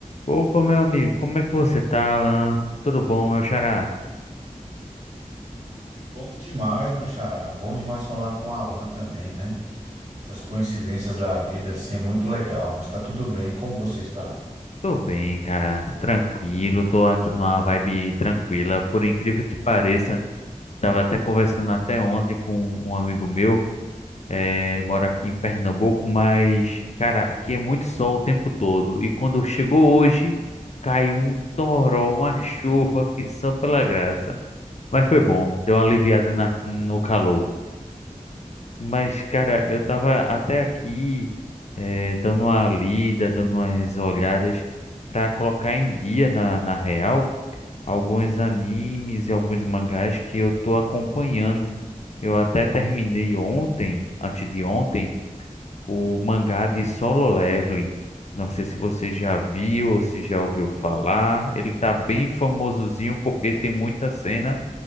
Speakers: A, on the left; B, on the right.
A: Opa, meu amigo, como é que você tá, Alan? Tudo bom, meu xará?
B: Bom demais, meu xará. Bom demais falar com o Alan também, né? Essas coincidências da vida, assim, é muito legal, mas tá tudo bem. Como você está?
A: Tô bem, cara, tranquilo, tô aqui numa vibe tranquila, por incrível que pareça. Tava até conversando até ontem com um amigo meu, é, mora aqui em Pernambuco, mas, cara, aqui é muito sol o tempo todo. E quando chegou hoje, caiu um toró, uma <laughs> chuva que só pela graça. Mas foi bom, deu uma aliviada na- no calor. Mas, cara, eu tava até aqui eh, dando uma lida, dando umas olhadas pra colocar em dia na, na real alguns animes e alguns mangás que eu tô acompanhando. Eu até terminei ontem, antes de ontem, o mangá de Solo Leveling. Não sei se você já viu ou se já ouviu falar. Ele tá bem famosozinho porque tem muita cena